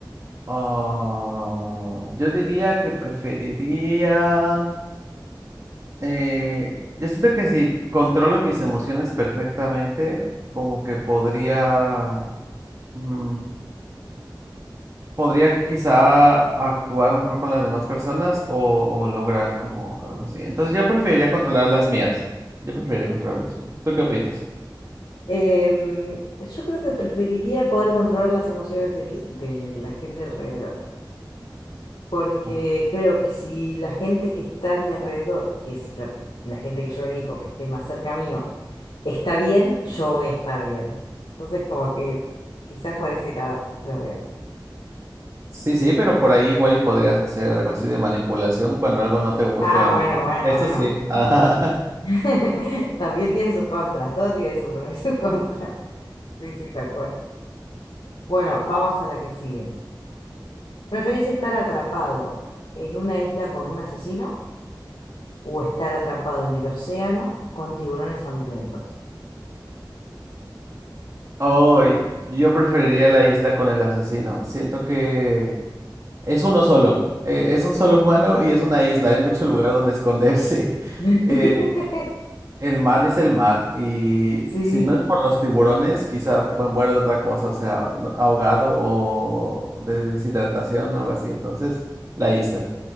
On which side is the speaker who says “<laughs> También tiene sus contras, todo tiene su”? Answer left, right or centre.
Left